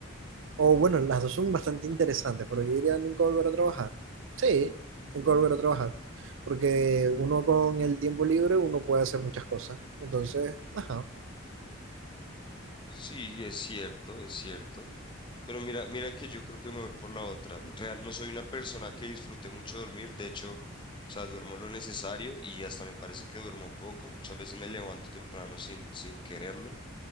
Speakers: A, on the right; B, on the left.
A: O bueno, las dos son bastante interesantes, pero yo diría nunca volver a trabajar. Sí, nunca volver a trabajar. Porque uno con el tiempo libre, uno puede hacer muchas cosas. Entonces, ajá,
B: Sí, es cierto, es cierto. Pero mira, mira que yo creo que me voy por la otra. Real, no soy una persona que disfrute mucho dormir. De hecho, o sea, duermo lo necesario y hasta me parece que duermo poco. Muchas veces me levanto temprano sin, sin quererlo